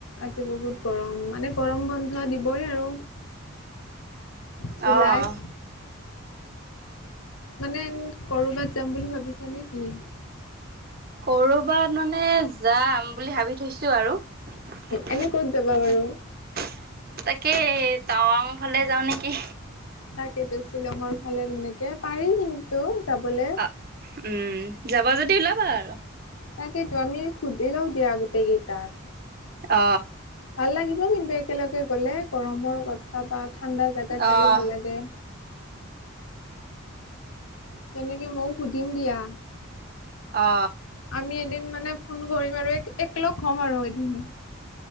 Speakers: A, on the left; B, on the right.
A: আজি বহুত গৰম মানে গৰম বন্ধ দিবই আৰু জুলাইত
B: আহ
A: মানে কৰবাত যাম বুলি ভাবিছো। আছে নে কি
B: কৰবাত মানে যাম। বুলি ভাবি থৈছো আৰু। তাকে
A: এনে ক'ত যাবা বাৰু?
B: টাৱাং ফালে যাওঁ নেকি।
A: তাকেতো শ্বিলঙৰ ফালে এনেকে পাৰিল কিন্তু। যাবলে।
B: অ উম যাবা যদি ওলাবা আৰু
A: তাকেইো আমি সুধি লও দিয়া গোটেই কেইটাক।
B: অ।
A: ভাল লাগিব কিন্তু একেলগে গ'লে গৰমৰ কথা বা। ঠাণ্ডা জোগাত
B: অ',
A: যায়ো ভাল লাগে। তেনেকে ময়ও সুধিম দিয়া।
B: অ।
A: আমি এদিন মানে ফোন কৰিম আৰু এককলগ হ'ম আৰু এদিন।